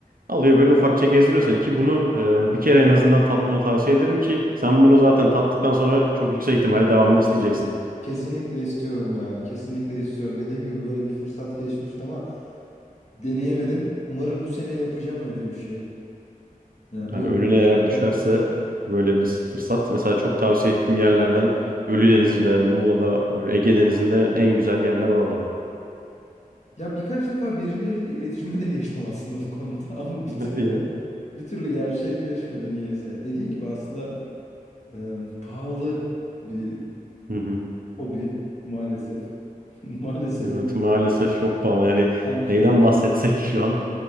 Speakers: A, on the right (about 75°); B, on the left (about 50°).
A: Alıyor böyle ufakça gezdiriyor seni ki bunu e, bir kere en azından tatmanı tavsiye ederim ki sen bunu zaten tattıktan sonra çok yüksek ihtimalle devamını isteyeceksin.
B: Kesinlikle istiyorum ya. Kesinlikle istiyorum. Dediğim gibi böyle bir fırsat geçmişti ama deneyemedim. Umarım bu sene yapacağım öyle bir şey. Ya
A: Yani
B: bir opsiyon
A: önüne eğer düşerse
B: almak.
A: böyle bir fırsat. Mesela çok tavsiye ettiğim yerlerden Ölüdeniz'de, Muğla'da, böyle Ege Denizi'nde en güzel yerler oraları.
B: Ya birkaç defa birileriyle iletişime de geçtim aslında bu konuda <laughs> ama bitir
A: Ne diye?
B: Bir türlü gerçekleşmedi niyeyse. Dediğin gibi aslında e, pahalı bir
A: Hı hı.
B: hobi maalesef. <laughs> Maalesef
A: Evet
B: yine
A: maalesef çok pahalı. Yani
B: her şey
A: neyden
B: pahalı.
A: bahsetsek şu an